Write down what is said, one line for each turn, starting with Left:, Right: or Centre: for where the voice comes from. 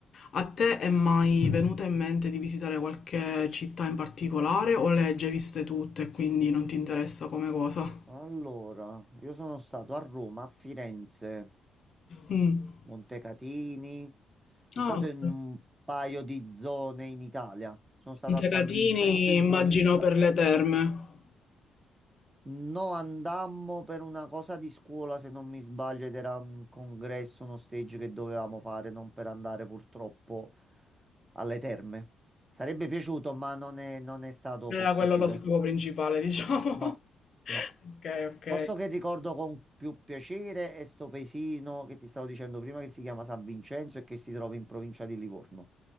Left: A te è mai venuta in mente di visitare qualche città in particolare o le hai già viste tutte e quindi non ti interessa come cosa?
Right: allora, io sono stato a Roma, a Firenze.
Left: Mm.
Right: Montecatini. Sono
Left: Ah,
Right: stato
Left: ok.
Right: in un paio di zone in Italia. Sono stato
Left: I Tecatini
Right: a San Vincenzo in
Left: immagino
Right: provincia.
Left: per le terme.
Right: No, andammo per una cosa di scuola, se non mi sbaglio, ed era un congresso, uno stage che dovevamo fare, non per andare purtroppo alle terme. Sarebbe piaciuto, ma non è, non è stato
Left: Non
Right: possibile.
Left: Era quello lo scopo principale, diciamo.
Right: No,
Left: <laughs>
Right: no.
Left: Ok, ok.
Right: Posto che ricordo con più piacere è sto paesino che ti stavo dicendo prima che si chiama San Vincenzo e che si trova in provincia di Livorno.